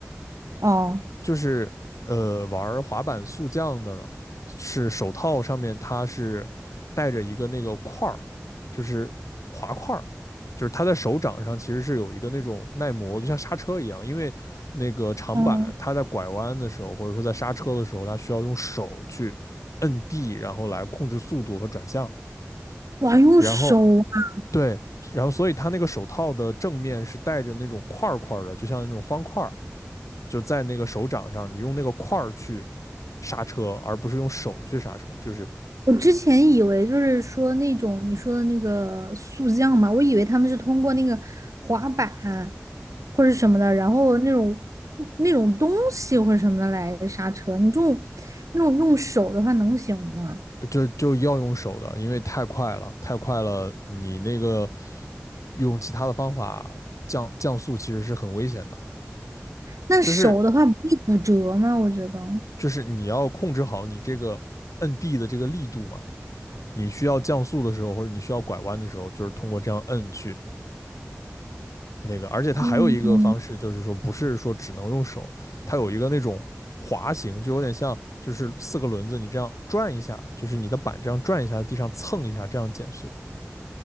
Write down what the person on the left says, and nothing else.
就是呃玩滑板速降的呢是手套上面它是带着一个那个块儿，就是滑块儿，就是它在手掌上其实是有一个那种耐磨，就像刹车一样，因为那个长板它在拐弯的时候，
或者说在刹车的时候，它需要用手去摁地，然后来控制速度和转向，
然后对。然后，所以它那个手套的正面是带着那种块儿块儿的，就像那种方块儿，就在那个手掌上，你用那个块儿去刹车，而不是用手去刹车，就是
就就要用手的，因为太快了，太快了，你那个用其他的方法降降速其实是很危险的，
就是
就是你要控制好你这个摁地的这个力度嘛，你需要降速的时候或者你需要拐弯的时候，就是通过这样摁去那个，而且它还有一个方式，
就是说不是说只能用手，它有一个那种滑行，就有点像就是四个轮子你这样转一下，就是你的板这样转一下，地上蹭一下，这样减速，